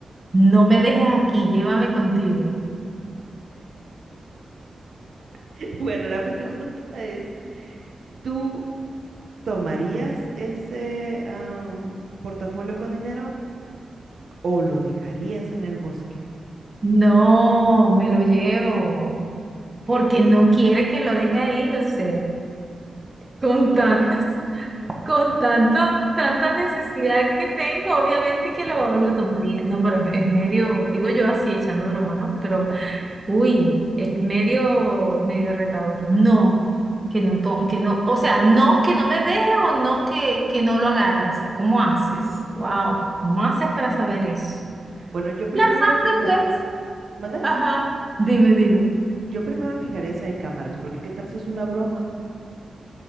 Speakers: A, on the right (about 20°); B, on the right (about 65°).
A: no me dejes aquí, llévame contigo.
B: <laughs> Bueno, la pregunta es, ¿Tú tomarías ese am, portafolio con dinero o lo dejarías en el bosque?
A: No, me lo llevo, porque no quiere que lo deje ahí, o sea, con
B: No,
A: tantas, con tanto, tanta necesidad que tengo, obviamente
B: <laughs>
A: que lo, lo tomaría. No, pero es, es medio, digo yo así, echando broma, ¿no? Pero Uy, es medio, medio retador. No, que no, to- que no, o sea, no que no me deje o no que, que no lo agarre. O sea, ¿cómo haces? Wow, ¿cómo haces para saber eso?
B: Bueno, yo primero
A: La sangre,
B: me fijaría,
A: pues.
B: ¿mande?
A: Ajá. Dime, dime.
B: Yo primero me fijaría si hay cámaras, porque qué tal si es una broma